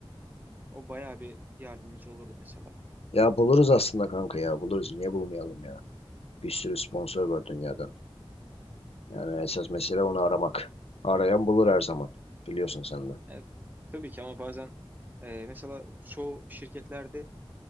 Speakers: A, on the right; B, on the left.
A: o bayağı bir yardımcı olurdu mesela.
B: Ya buluruz aslında kanka ya buluruz. Niye bulmayalım ya? Bir sürü sponsor var dünyada. Yani esas mesele onu aramak. Arayan bulur her zaman. Biliyorsun sen de.
A: Evet, tabii ki ama bazen e, mesela çoğu şirketlerde